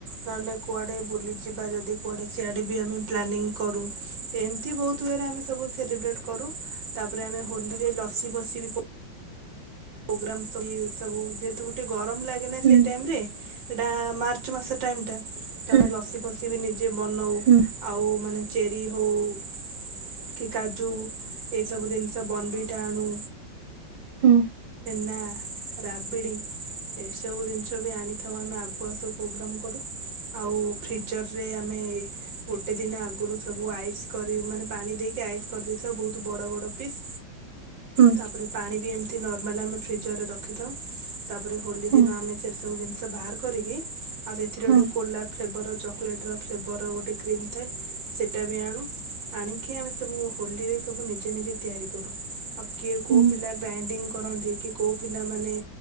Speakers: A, on the right (about 65°); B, on the right (about 80°).
A: ନହେଲେ କୁଆଡେ ବୁଲିଯିବା ଯଦି କୁଆଡେ ସିଆଡେ ବି ଆମେ ପ୍ଲାନିଂ କରୁ ଏମିତି ବହୁତ ୱେରେ ଆମେ ସବୁ ସେଲିବ୍ରେଟ କରୁ। ତାପରେ ଆମେ ହୋଲିରେ ବସିିବ ବି ପ ପ୍ରୋଗ୍ରାମ ସବୁ ଯେହେତୁ ଗୋଟେ ଗରମ ଲାଗେ ନା
B: ହୁଁ
A: ସେଇ ଟାଇମରେ ଏଇଟା ମାର୍ଚ୍ଚ ମାସ ଟାଇମ ଟା ତ
B: ହୁଁ
A: ଆମେ ଲସି ପସିି ବି ନି ବନଉ
B: ହୁଁ
A: ଆଉ ମାନେ ଚେରି ହେଉ କି କାଜୁ ଏସବୁ ଜିନିଷ ବନବିଟା ଆଣୁ
B: ହୁଁ।
A: ନା ରାବିଡ଼ି ଏସବୁ ଜିନିଷ ବି ଆଣିଥାଉ ଆମେ ଆଗୁଆ ସବୁ ପ୍ରୋଗ୍ରାମ୍ କରୁ ଆଉ ଫ୍ରିଜରରେ ଆମେ ଗୋଟେ ଦିନ ଆଗରୁ ସବୁ ଆଇସ୍ କରି ମାନେ ପାଣି ଦେଇକି ଆଇସ୍ କରିଦେଇଥାଉ ବହୁତ ବଡ଼ ବଡ଼ ଫିସ୍।
B: ହୁଁ ହୁଁ
A: ତାପରେ ପାଣି ବି ଏମତି <unintelligible> ମାଲ ଆମେ ଫ୍ରିଜରେ ରଖିଥାଉ। ତାପରେ ହୋଲି
B: ହୁଁ
A: ଦିନ ଆମେ ସେ ସବୁ ଜିନଷ ବାହାର କରିକି। ଆଉ ସେଥିରେ
B: ହୁଁ।
A: ଗୋଟେ କୋଲା ଫ୍ଲେବର ର ଚକୋ ଚକୋଲେଟର ଫ୍ଲେଭର ଗୋଟେ କ୍ରିମ୍ ଥାଏ ସେଇଟା ବି ଆଣୁ ଆଣିକି ଆମେ ସବୁ ହୋଲିରେ ସବୁ ନିଜେ ନିଜେ ତିଆରି କରୁ ଆଉ କିଏ କୋଉ
B: ହଁ।
A: ପିଲା ଗାଁ <inaudible> କରନ୍ତି କି କୋଉ ପିଲାମାନେ‌